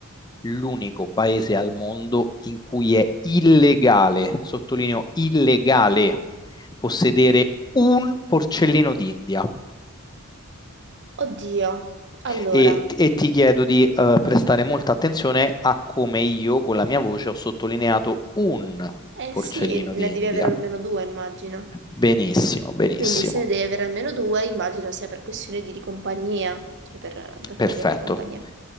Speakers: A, on the left; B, on the right.
A: l'unico paese al mondo in cui è illegale, sottolineo illegale, possedere un porcellino d'India?
B: Oddio. Allora,
A: E, e ti chiedo di eh, prestare molta attenzione a come io con la mia voce ho sottolineato un
B: eh
A: porcellino
B: sì, ne
A: d'India.
B: devi avere almeno due, immagino.
A: Benissimo, benissimo,
B: Quindi se ne devi avere almeno due, immagino sia per questione di, di compagnia, cioè per per
A: perfetto.
B: fargli avere compagnia.